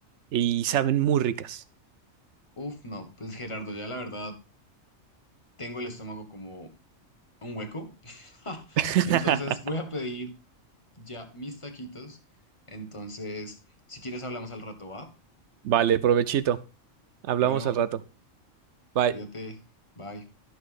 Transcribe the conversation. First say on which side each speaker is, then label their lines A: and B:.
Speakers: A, on the right; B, on the left.
A: y saben muy ricas.
B: Uf, no, pues Gerardo, ya la verdad. tengo el estómago como un hueco. <laughs>
A: <laughs>
B: Entonces voy a pedir ya mis taquitos. Entonces, si quieres hablamos al rato, ¿va?
A: Vale, provechito. Hablamos
B: Bueno,
A: al rato. Bye.
B: cuídate. Bye.